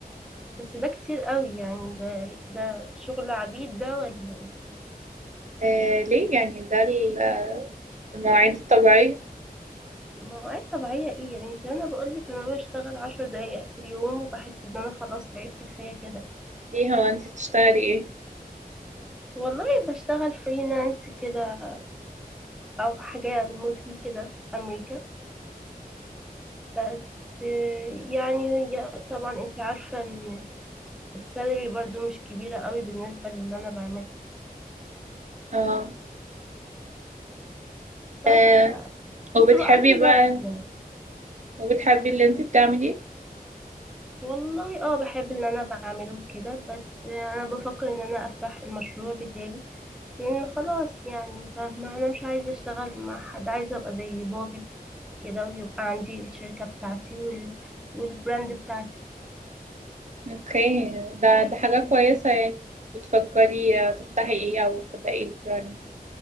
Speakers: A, in the centre; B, on the right (about 50°).
A: بس ده كتير قوي يعني ده ده شغل عبيد ده ولا ايه
B: آه ليه يعني ده ال- آه، المواعيد الطبيعية
A: مواعيد طبيعية ايه يا بنتي انا بقولك انا بشتغل عشر دقايق في اليوم وبحس ان انا خلاص تعبت كفاية كده
B: ليه هو انت بتشتغلي ايه
A: والله بشتغل فريلانس كده او حاجة ريموتلي كده في امريكا بس يعني هي طبعا انت عارفة ان السالري برضو مش كبيرة قوي بالنسبة للي انا بعمله
B: اه
A: بس
B: آه،
A: بقى بس
B: وبتحبي
A: بقضي نفسي
B: بقى
A: يعني
B: وبتحبي اللي انت بتعمليه
A: والله اه بحب اللي انا بعمله كده بس انا بفكر ان انا افتح المشروع بتاعي لان خلاص يعني فاهمة انا مش عايزة اشتغل مع حد عايزة ابقى زي بابي كده ويبقى عندي الشركة بتاعتي وال... والبراند بتاعتي
B: اوكي ده ده حاجة كويسة يعني بتفكري آه، تفتحي ايه او تبقى ايه البراند